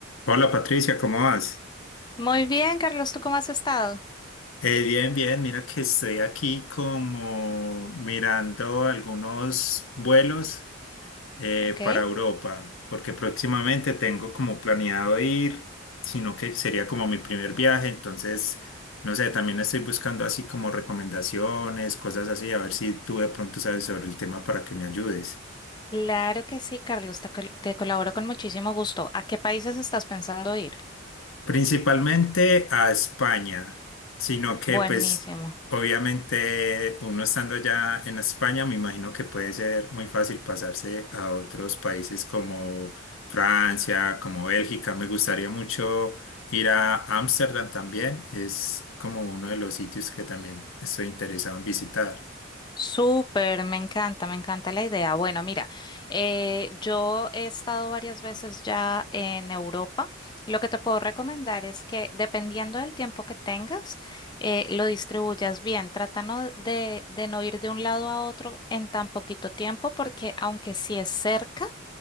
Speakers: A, on the left; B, on the left.
A: Hola Patricia, ¿cómo vas?
B: Muy bien, Carlos, ¿tú cómo has estado?
A: Eh, bien, bien, mira que estoy aquí como mirando algunos vuelos eh,
B: Ok.
A: para Europa, porque próximamente tengo como planeado ir, sino que sería como mi primer viaje, entonces, no sé, también estoy buscando así como recomendaciones, cosas así, a ver si tú de pronto sabes sobre el tema para que me ayudes.
B: Claro que sí, Carlos, te, col- te colaboro con muchísimo gusto. ¿A qué países estás pensando ir?
A: Principalmente a España, sino que
B: Buenísimo.
A: pues obviamente uno estando ya en España, me imagino que puede ser muy fácil pasarse a otros países como Francia, como Bélgica. Me gustaría mucho ir a Ámsterdam también, es como uno de los sitios que también estoy interesado en visitar.
B: Súper, me encanta, me encanta la idea. Bueno, mira, eh, yo he estado varias veces ya en Europa. Lo que te puedo recomendar es que dependiendo del tiempo que tengas, eh, lo distribuyas bien. Trata no de, de no ir de un lado a otro en tan poquito tiempo, porque aunque sí es cerca,